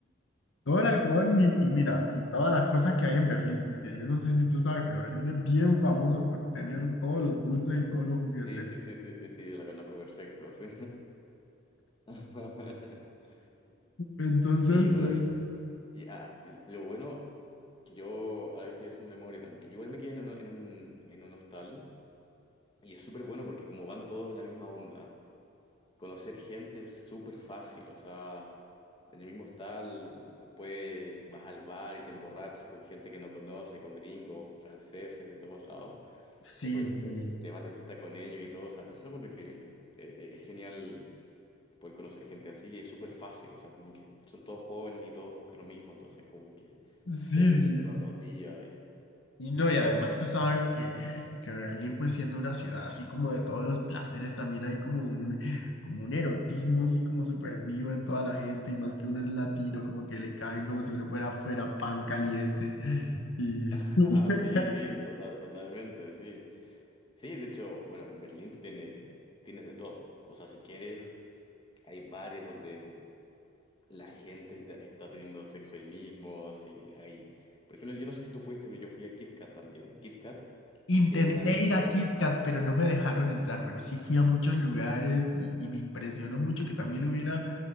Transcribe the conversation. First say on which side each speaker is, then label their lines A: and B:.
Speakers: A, on the left; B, on the left.
A: Todo el alcohol y, y mira, y todas las cosas que hay en Berlín, porque yo no sé si tú sabes, pero Berlín es bien famoso por tener todos los dulces y todos los juguetes.
B: Sí, sí, sí, sí, sí, sí, la conozco perfecto, sí. <laughs>
A: Entonces,
B: Sí, bueno,
A: pues,
B: y, y, ah, lo bueno que yo, ahora que estoy haciendo memoria también, yo igual me quedé en un, en un, en un hostal y es súper bueno porque como van todos en la misma onda. Conocer gente es súper fácil, o sea, en el mismo hostal te puede, vas al bar y te emborrachas con gente que no conoce, con gringos, franceses de todos lados.
A: sí,
B: Después
A: sí,
B: te, te vas de fiesta con ellos y todo, o sea, eso lo encuentro increíble. Eh, eh, es genial poder conocer gente así y es súper fácil, o sea, como que son todos jóvenes y todos buscan lo mismo, entonces como que
A: sí,
B: se de fiesta
A: sí.
B: todos los días y...
A: Y no, y además tú sabes que, que Berlín, pues siendo una ciudad así como de todos los placeres, también hay como un, como un erotismo así como súper vivo en toda la gente, y más que uno es latino, como que le caen como si uno fuera fuera pan caliente. Y...
B: <laughs>
A: <laughs>
B: Ah, sí, sí, tota- totalmente, sí. Sí, de hecho, bueno, en Berlín tú tienes, tienes de todo. O sea, si quieres, Hay bares donde la gente te- está teniendo sexo ahí mismo, así hay... Por ejemplo, yo no sé si tú fuiste, pero yo fui a Kit Kat también. Kit Kat,
A: Intenté
B: que es una disco.
A: ir a KitKat, pero no me dejaron entrar, pero sí fui a muchos lugares y, y me impresionó mucho que también hubiera